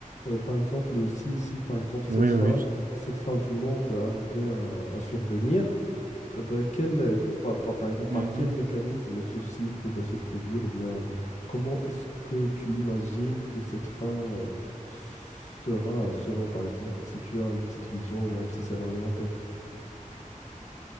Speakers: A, on the left; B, on the right.
A: Euh, par exemple, si, si, par exemple,
B: oui,
A: cette fin,
B: oui.
A: cette fin du monde arrivait à, à survenir, euh, bah, quel, euh, que- par, par- par exemple, par
B: Mhm.
A: quel mécanisme ceci pourrait se produire, ou bien comment est-ce que tu imagines que cette fin, euh, sera, selon, par exemple, si tu as une petite vision ou un petit scénario en tête?